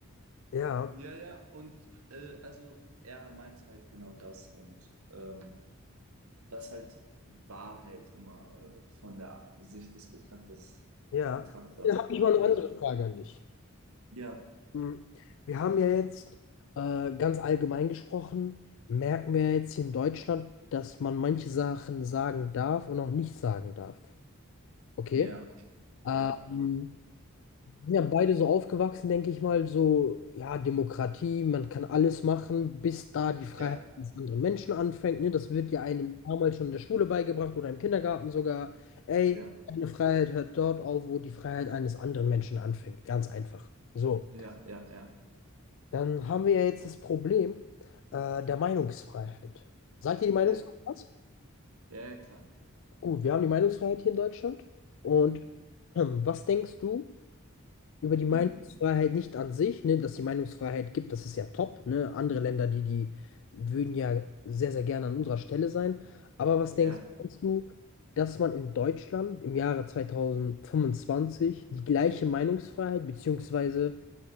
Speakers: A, on the left; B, on the right.
A: Ja,
B: Ja, ja, und äh, also er meint halt genau das und ähm, dass halt Wahrheit immer äh, von der Sicht des Betrachters,
A: ja.
B: Betrachters
A: Dann habe ich
B: abhängig
A: mal eine andere
B: ist.
A: Frage an dich.
B: Ja,
A: Ähm, Wir haben ja jetzt äh, ganz allgemein gesprochen, merken wir jetzt hier in Deutschland, dass man manche Sachen sagen darf und auch nicht sagen darf. Okay?
B: ja,
A: Ähm,
B: ja,
A: sind ja beide so aufgewachsen, denke ich mal, so, ja, Demokratie, man kann alles machen, bis da die Freiheit
B: Ja,
A: des anderen Menschen anfängt. Ne? Das wird ja einem damals schon in der Schule beigebracht oder im Kindergarten sogar. Ey,
B: ja,
A: deine Freiheit hört dort auf, wo die Freiheit eines anderen Menschen anfängt. Ganz einfach. So,
B: ja, ja, ja,
A: dann haben wir ja jetzt das Problem äh, der Meinungsfreiheit. Sagt ihr die Meinungsfreiheit
B: ja,
A: was?
B: ja, ja, klar.
A: Gut, wir haben die Meinungsfreiheit hier in Deutschland. Und <clears throat> hm, was denkst du? über die Meinungsfreiheit
B: Hm,
A: nicht an sich, ne, dass die Meinungsfreiheit gibt, das ist ja top, ne? Andere Länder, die, die würden ja sehr, sehr gerne an unserer Stelle sein. Aber was denkst,
B: ja,
A: denkst du, dass man in Deutschland im Jahre 2025 die gleiche Meinungsfreiheit, beziehungsweise